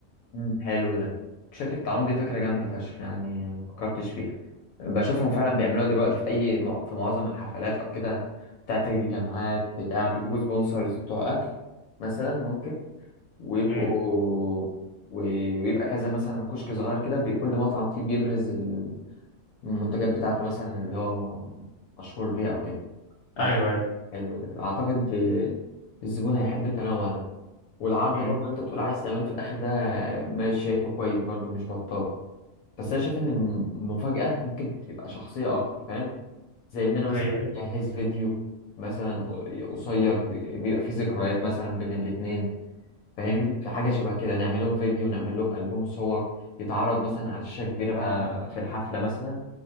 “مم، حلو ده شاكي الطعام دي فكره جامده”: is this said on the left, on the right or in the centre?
Left